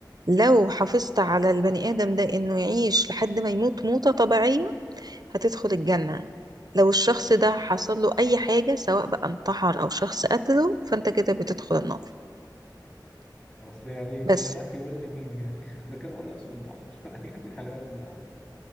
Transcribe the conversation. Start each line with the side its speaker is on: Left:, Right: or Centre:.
Right: لو حافظت على البني آدم ده إنه يعيش لحد ما يموت موتة طبيعية هتدخل الجنة لو الشخص ده حصل له أي حاجة سواء بقى انتحر أو شخص قتله فأنت كده بتدخل النار
Left: بس يعني جاي
Right: بس
Left: راح يقول لي مين يعني <laughs> اذا كان هو نفسه انتحر <laughs> يعني هيقعد مع